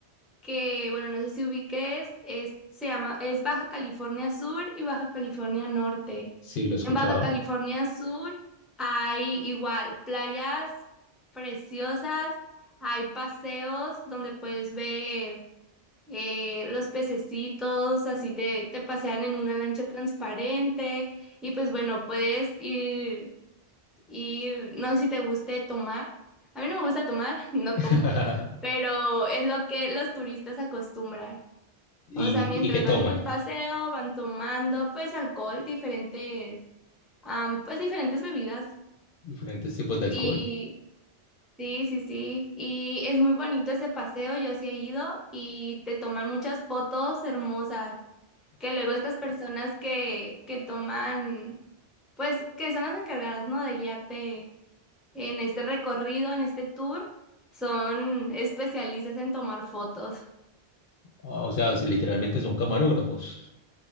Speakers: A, in the centre; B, on the left.
A: que, bueno, no sé si ubiques, es, se llama, es Baja California Sur y Baja California Norte.
B: Sí, lo he escuchado.
A: En Baja California Sur hay igual playas preciosas, hay paseos donde puedes ver eh, los pececitos, así te, te pasean en una lancha transparente y pues bueno, puedes ir y no sé si te guste tomar. A mí no me gusta tomar, <laughs> no
B: <laughs>
A: tomo, pero es lo que los turistas acostumbran.
B: ¿Y,
A: O sea, mientras
B: y qué toman?
A: van en el paseo, van tomando pues alcohol, diferentes, am, pues diferentes bebidas.
B: Diferentes tipos de alcohol.
A: Y sí, sí, sí. Y es muy bonito ese paseo, yo sí he ido y te toman muchas fotos hermosas. Que luego estas personas que, que toman, pues que son las encargadas, ¿no? De guiarte en este recorrido, en este tour, son especialistas en tomar fotos.
B: o sea, si literalmente son camarógrafos.